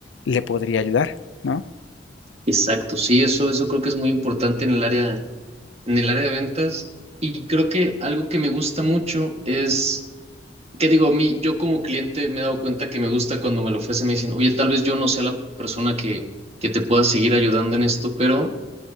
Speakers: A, on the left; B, on the right.
A: le podría ayudar, ¿no?
B: Exacto, sí, eso, eso creo que es muy importante en el área, en el área de ventas. Y creo que algo que me gusta mucho es, que digo, a mí, yo como cliente me he dado cuenta que me gusta cuando me lo ofrecen, me dicen, oye, tal vez yo no sea la persona que, que te pueda seguir ayudando en esto, pero